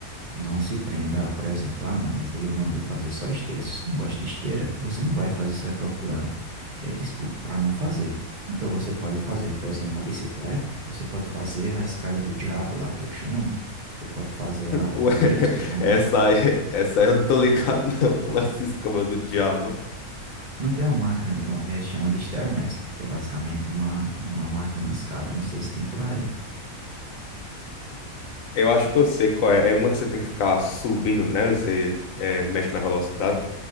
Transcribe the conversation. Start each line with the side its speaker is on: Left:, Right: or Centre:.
Right: Não se prenda a, por exemplo, ah, não, mas ele mandou fazer só esteira. Se você não gosta de esteira, você não vai fazer, você vai procurar eh, desculpa para não fazer. Então você pode fazer, por exemplo, a bicicleta, você pode fazer a escada do diabo lá que eu chamo, você pode fazer a
Left: Ué,
Right: elíptica
Left: <laughs>
Right: também.
Left: essa aí, essa aí eu não tô ligado, não. Como essa escama do diabo?
Right: Não tem uma máquina, é, é- chama de Stairmaster, que é basicamente uma, uma máquina de escada, não sei se tem por aí.
Left: Eu acho que eu sei qual é. É uma que você tem que ficar subindo nela, e você é, mexe na velocidade